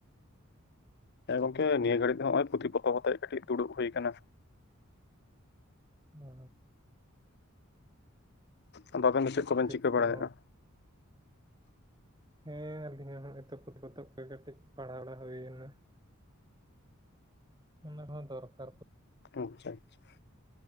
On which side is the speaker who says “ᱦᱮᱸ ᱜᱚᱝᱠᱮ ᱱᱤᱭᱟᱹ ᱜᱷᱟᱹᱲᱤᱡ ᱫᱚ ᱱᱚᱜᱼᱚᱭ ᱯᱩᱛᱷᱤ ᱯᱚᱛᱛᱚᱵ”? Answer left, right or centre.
Left